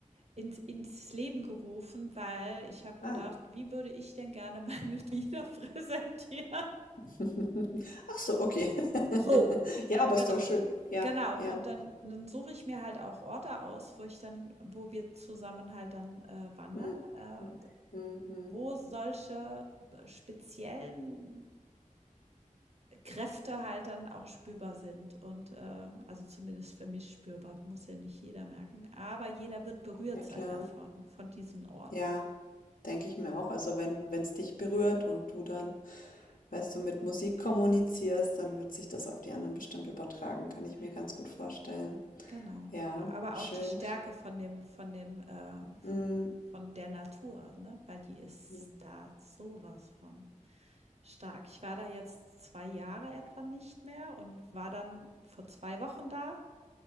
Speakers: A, on the right (about 50°); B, on the left (about 90°).
A: ins ins Leben gerufen, weil ich habe
B: Ah.
A: gedacht: „Wie würde ich denn gerne meine <laughs> Lieder präsentieren?“
B: <laughs> Ach so, okay. <laughs>
A: So,
B: Ja, aber
A: genau.
B: ist doch schön. Ja,
A: Genau.
B: ja.
A: Und dann dann suche ich mir halt auch Orte aus, wo ich dann wo wir zusammen halt dann, äh, wandern,
B: Mhm.
A: äh,
B: Mhm.
A: d
B: Mhm. Mhm.
A: wo solche äh, speziellen Kräfte halt dann auch spürbar sind und, äh also zumindest für mich spürbar, muss ja nicht jeder merken, aber jeder wird berührt
B: Ja,
A: sein
B: klar.
A: davon, von diesen Orten.
B: Ja, denke ich mir auch. Also wenn wenn es dich berührt und du dann, weißt du, mit Musik kommunizierst, dann wird sich das auf die anderen bestimmt übertragen, kann ich mir ganz gut vorstellen.
A: Genau.
B: Ja,
A: Aber
B: schön.
A: auch die Stärke von dem von dem, äh, v
B: Mm,
A: von der Natur, ne? Weil die ist
B: mm,
A: da sowas von stark. Ich war da jetzt 2 Jahre etwa nicht mehr und war dann vor 2 Wochen da,